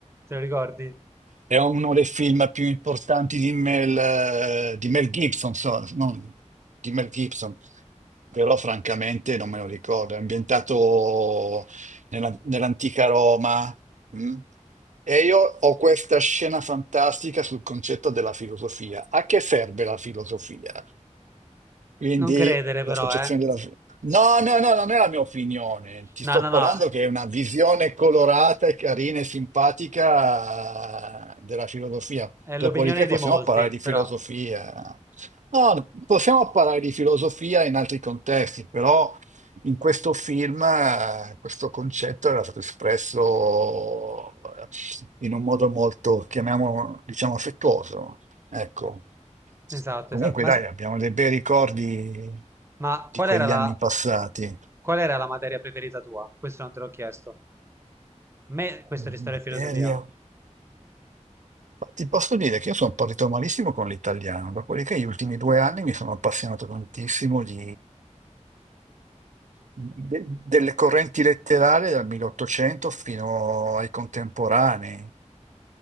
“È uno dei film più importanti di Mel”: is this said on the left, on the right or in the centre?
Right